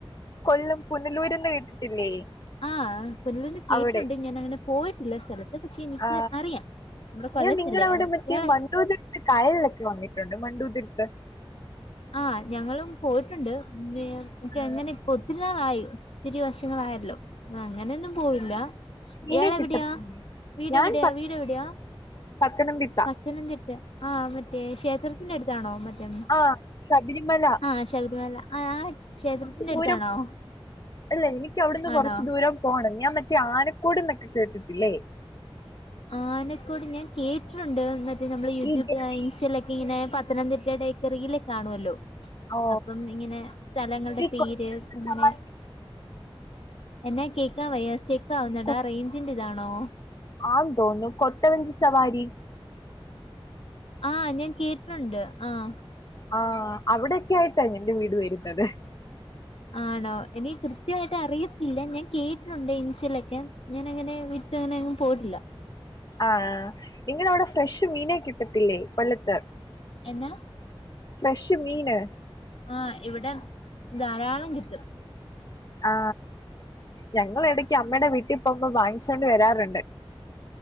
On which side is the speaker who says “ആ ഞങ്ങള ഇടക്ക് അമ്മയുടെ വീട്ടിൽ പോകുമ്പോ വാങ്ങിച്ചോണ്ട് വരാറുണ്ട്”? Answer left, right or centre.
Left